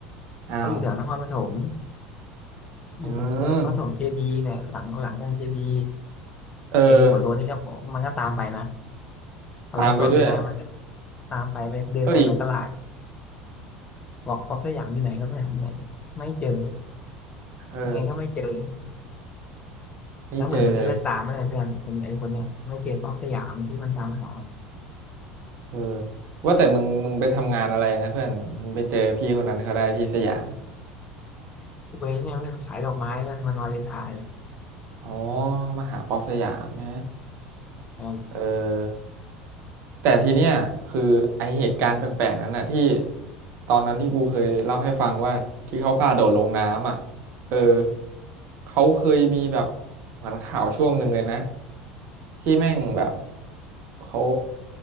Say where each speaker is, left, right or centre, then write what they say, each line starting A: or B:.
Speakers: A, on the right; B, on the left.
A: อ้าว
B: เขาอยู่แถวนครปฐมอยู่ตรงองค์พระปฐมเจดีย์เนี่ยหลังหลังองค์เจดีย์
A: อืมเออ
B: ไอ้หัวโล้นนี่ก็มันก็ตามไปนะมาไลฟ์สดด้วยนะมันก็
A: ตามไปด้วยเหรอ่ะ
B: ตามไปไปเดินหาในตลาด
A: เอ้ย
B: บอกพ็อกสยามอยู่ไหนก็สยามอยู่ไหนไม่เจอ
A: เออ
B: ยังไงก็ไม่เจอ
A: ไม่เจอเลย
B: แล้วเหมือนมันจะเลิกตามไม่ได้เพื่อนคนไอ้คนเนี้ยไม่เจอพ็อกสยามที่มันตามหา
A: เออว่าแต่มึงมึงไปทำงานอะไรนะเพื่อนมึงไปเจอพี่คนนั้นเขาได้ที่สยาม
B: เว้ยเนี่ยเพื่อนขายดอกไม้เพื่อนมันวาเลนไทน์
A: อ๋อมหาป๊อปสยามใช่ไหม
B: เออใช่
A: เออแต่ทีเนี้ยคือไอเหตุการณ์แปลกๆนั้นน่ะที่ตอนนั้นที่กูเคยเล่าให้ฟังว่าที่เขาพาโดดลงน้ำอ่ะเออเขาเคยมีแบบเหมือนข่าวช่วงหนึ่งเลยนะที่แม่งแบบเขา